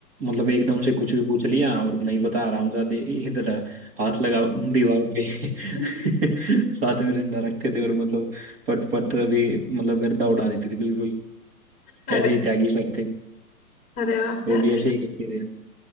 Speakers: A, on the right (about 35°); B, on the left (about 15°).
A: मतलब एकदम से कुछ भी पूछ लिया और नहीं बता आरामजादे इधर हाथ लगा दीवार पे
B: <laughs>
A: <laughs> साथ में डंडा रखते थे और मतलब पट पट अभी मतलब गर्दा उड़ा देते थे बिल्कुल
B: अरे
A: ऐसे ही त्यागी सर थे
B: अरे बाप
A: वो
B: रे
A: भी ऐसे ही करते थे